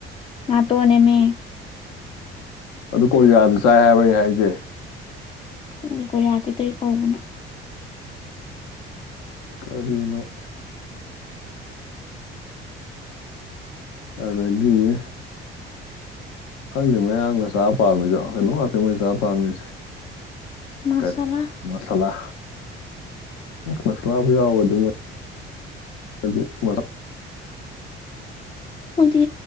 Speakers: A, on the left (about 20°); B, on the left (about 55°).
A: ꯅꯥꯇꯣꯟ ꯅꯃꯦ
B: ꯑꯗꯨ ꯀꯣꯔꯤꯥꯗꯨ ꯆꯥꯏ ꯍꯥꯏꯕ ꯑꯩ ꯍꯥꯏꯁꯦ
A: ꯀ ꯀ ꯑꯗꯤ ꯀꯔꯤ ꯀꯕꯨꯅ
B: ꯀꯔꯤꯅꯣ ꯑꯗꯨꯗꯒꯤꯦ ꯈꯪꯗꯦ ꯃꯌꯥꯝꯡꯅ ꯆꯥ ꯄꯥꯝꯃꯤꯗꯣ ꯀꯩꯅꯣꯝ ꯉꯥꯛꯇ ꯃꯣꯏꯅ ꯆꯥ ꯄꯥꯝꯃꯤꯁꯦ
A: ꯃꯁꯥꯂꯥ
B: ꯀꯔꯤ ꯃꯁꯂꯥ ꯃꯁꯂꯥꯕꯨ ꯌꯥꯎꯒ ꯑꯗꯨ ꯑꯗꯨꯗꯤ ꯋꯥ
A: ꯍꯧꯖꯤ